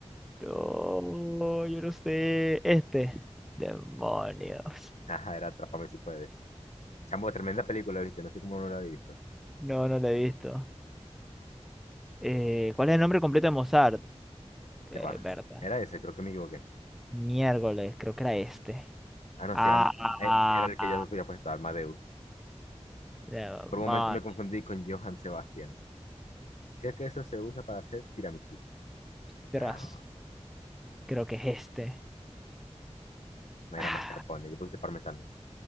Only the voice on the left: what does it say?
Ajá, era Atrápame si puedes. Chamo, tremenda película, ¿viste? No sé cómo no la había visto.
Ya va.
Era ese, creo que me equivoqué.
Ah, no,
si era,
eh, sí era el que
yo había puesto, Armadeus.
Por un momento me confundí con Johann Sebastian. ¿Qué queso se usa para hacer tiramisú?
Ah,
me
era mascarpone, yo puse parmesano.